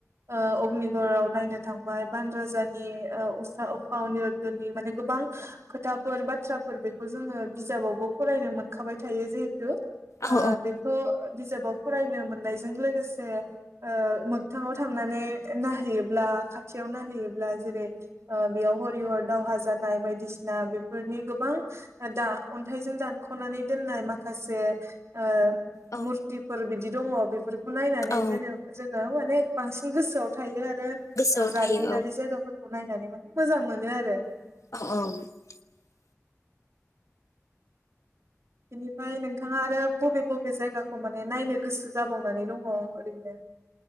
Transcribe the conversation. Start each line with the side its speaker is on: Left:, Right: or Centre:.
Right: ओ अग्निगराव नायनो थांबाय, बान राजानि ओ उसा उखा अनिरद्दनि माने गोबां खोथाफोर बाथ्राफोर बेखौ जोङो बिजाबावबो फरायनो मोनखाबाय थायो जिहेटु ओ
Left: औ
Right: बेखौ बिजाबाव फरायनो मोननायजों लोगोसे ओ मोग थाङाव थांनानै नाहैयोब्ला, खाथियाव नाहैयोब्ला जेरै बेयाव हरि हर दावहा जानाय बायदिसिना बेफोरनि गोबां दा अन्थाइजों दानखनानै दोननाय माखासे ओ
Left: औ
Right: मुरतिफोर बि बिदि दङ बेफोर खौ नायनानै
Left: औ
Right: जेने जों औ माने बांसिन गोसोआव थायो आ रो
Left: गोसोआव
Right: ओ जारिमिनारि
Left: थायो औ
Right: जायगाफोर खौ नायनानै माने मोजां मोनो आरो।
Left: औ
Right: बेनिफाय नोंथाङा आरो बबे बबे जायगाखौ माने नायनो गोसो जाबावनानै दङ ओरैनो